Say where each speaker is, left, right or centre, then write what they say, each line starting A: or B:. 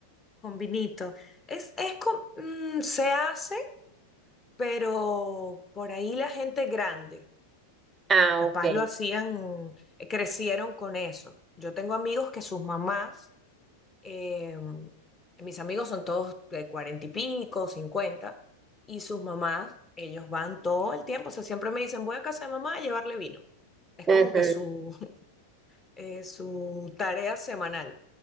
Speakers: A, on the left (about 20°); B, on the right (about 15°).
A: Con vinito. Es, es com- mm, se hace, pero por ahí la gente grande,
B: Ah,
A: que capaz
B: ok.
A: lo hacían, eh, crecieron con eso. Yo tengo amigos que sus mamás, eh, mis amigos son todos de cuarenta y pico, cincuenta, y sus mamás, ellos van todo el tiempo, o sea, siempre me dicen, voy a casa de mamá a llevarle vino. Es
B: Ujú.
A: como que su, <laughs> eh, su tarea semanal,